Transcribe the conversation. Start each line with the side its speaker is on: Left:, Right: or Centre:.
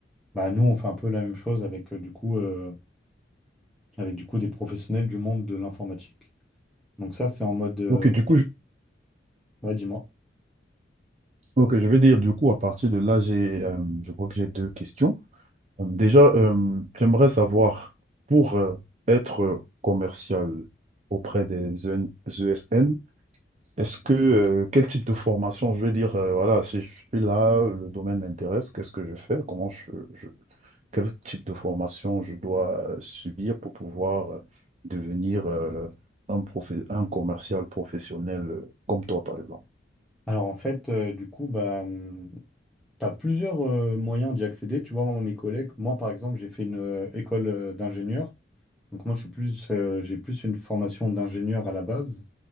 Centre: bah, nous, on fait un peu la même chose avec euh, du coup, euh, avec du coup des professionnels du monde de l'informatique. Donc, ça, c'est en mode. euh,
Right: Ok, du coup, je...
Centre: Ouais, dis-moi.
Right: ok, je vais dire, du coup, à partir de là, j'ai, euh, je crois que j'ai deux questions. Déjà, euh, j'aimerais savoir, pour euh, être euh, commercial auprès des EN ESN, est-ce que, euh, quel type de formation, je vais dire, euh, voilà, si je suis là, le domaine m'intéresse, qu'est-ce que je fais, comment je, je- quel type de formation je dois euh, subir pour pouvoir euh, devenir euh, un, profe- un commercial professionnel euh, comme toi, par exemple.
Centre: Alors, en fait, euh, du coup, bah. tu as plusieurs euh, moyens d'y accéder. Tu vois, moi, mes collègues, moi, par exemple, j'ai fait une euh, école euh, d'ingénieur. Donc moi, je suis plus, euh, j'ai plus une formation d'ingénieur à la base,